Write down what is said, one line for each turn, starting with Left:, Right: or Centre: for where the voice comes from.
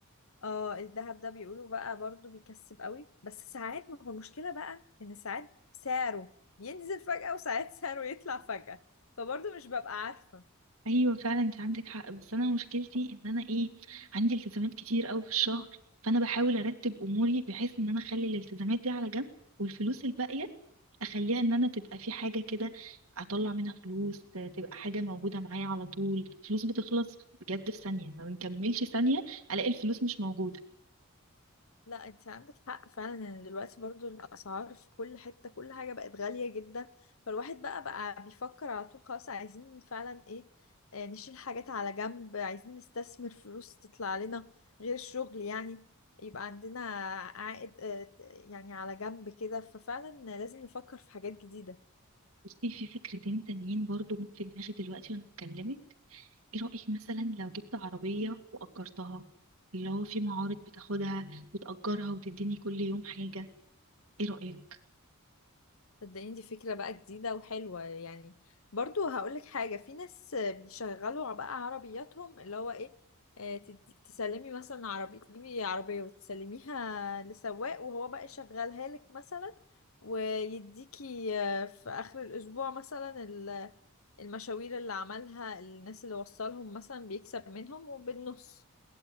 Left: اه الذهب ده بيقولوا بقى برضو بيكسب قوي بس ساعات ما هو المشكلة بقى ان ساعات سعره ينزل فجأة وساعات سعره يطلع فجأة فبرضو مش ببقى عارفة
Right: ايوه فعلا انت عندك حق بس انا مشكلتي ان انا ايه عندي التزامات كتير قوي في الشهر فانا بحاول ارتب اموري بحيث ان انا اخلي الالتزامات دي على جنب والفلوس الباقية اخليها ان انا تبقى في حاجة كده اطلع منها فلوس آه، تبقى حاجة موجودة معايا على طول الفلوس بتخلص بجد في ثانية ما بنكملش ثانية الاقي الفلوس مش موجودة
Left: لا انت عندك حق فعلا ان دلوقتي برضو الاسعار في كل حتة كل حاجة بقت غالية جدا فالواحد بقى بقى بيفكر على طول خلاص عايزين فعلا ايه آه، نشيل حاجات على جنب عايزين نستثمر فلوس تطلع لنا غير الشغل يعني يبقى عندنا عائد آه، يعني على جنب كده ففعلا لازم نفكر في حاجات جديدة
Right: بصي في فكرتين تانيين برضو جم في دماغي دلوقتي وانا بكلمك ايه رأيك مثلا لو جبت عربية وأجرتها اللي هو في معارض بتاخدها مم. وتأجرها وتديني كل يوم حاجة ايه رأيك
Left: صدقيني دي فكرة بقى جديدة وحلوة يعني برضو هقولك حاجة في ناس بيشغلوا بقى عربياتهم اللي هو ايه آه، تدي- تسلمي مثلا عربية تجيبي عربية وتسلميها لسواق وهو بقى يشغلها لك مثلا ويديكي آه، في آخر الأسبوع مثلا ال- المشاوير اللي عملها الناس اللي وصلهم مثلا بيكسب منهم وبالنص